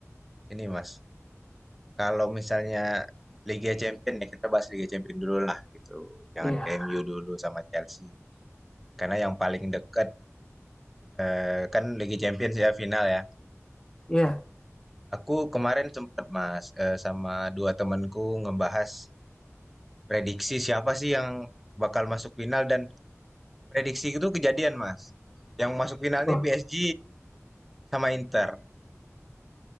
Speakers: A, in the centre; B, on the left.
A: ini Mas, kalau misalnya Liga champion ya kita bahas Liga champion dulu lah gitu. Jangan
B: Iya,
A: ke MU dulu sama Chelsea. Karena yang paling dekat Eh, kan Liga Champions ya final ya.
B: iya.
A: Aku kemarin sempat Mas eh, sama dua temanku ngebahas prediksi siapa sih yang bakal masuk final dan prediksi itu kejadian Mas. Yang masuk final
B: Wah,
A: nih PSG sama Inter.